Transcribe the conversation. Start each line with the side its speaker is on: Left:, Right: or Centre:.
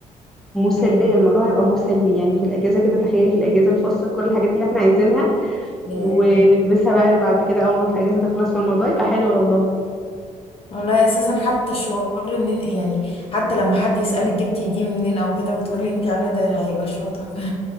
Centre: مسليه
Left: ايوه
Centre: الموضوع هيبقى مسلي يعني في الاجازه كده تخيلي في الاجازه نفصل كل الحاجات اللي احنا عايزينها
Left: ياه.
Centre: ونلبسها بقى بعد كده اول ما الاجازه تخلص في الموضوع يبقى حلو والله
Left: والله اساسا حتى الشعور ان يعني حتى لما حد يسألك جبتي دي منين او كده وتقولي انت عامله ده هيبقى شعور تحفه